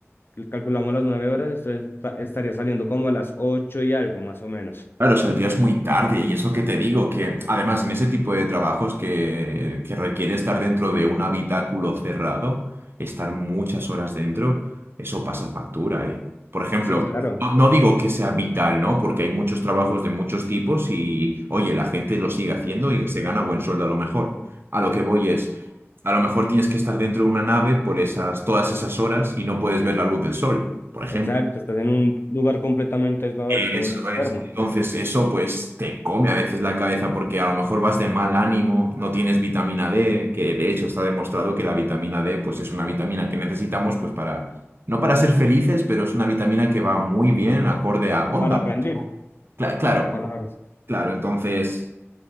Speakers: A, on the left; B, on the right.
A: cal- calculamos las 9 horas, entonces ta- estaría saliendo como a las 8 y algo, más o menos.
B: Claro, saldrías muy tarde y es lo que te digo, que además en ese tipo de trabajos que, que requiere estar dentro de un habitáculo cerrado, estar muchas horas dentro, eso pasa factura, ¿eh? Por ejemplo,
A: Sí, claro,
B: no, no digo que sea vital, ¿no? Porque hay muchos trabajos de muchos tipos y, oye, la gente lo sigue haciendo y se gana buen sueldo a lo mejor. A lo que voy es, a lo mejor tienes que estar dentro de una nave por esas, todas esas horas y no puedes ver la luz del sol, por ejemplo.
A: exacto, estás en un lugar completamente aislado
B: Eso
A: de todo lo externo,
B: es. Entonces, eso pues te come a veces la cabeza porque a lo mejor vas de mal ánimo, no tienes vitamina D, que de hecho está demostrado que la vitamina D pues es una vitamina que necesitamos pues para, no para ser felices, pero es una vitamina que va muy bien acorde a onda.
A: para rendir,
B: Cla- claro,
A: pocas palabras.
B: claro. Entonces,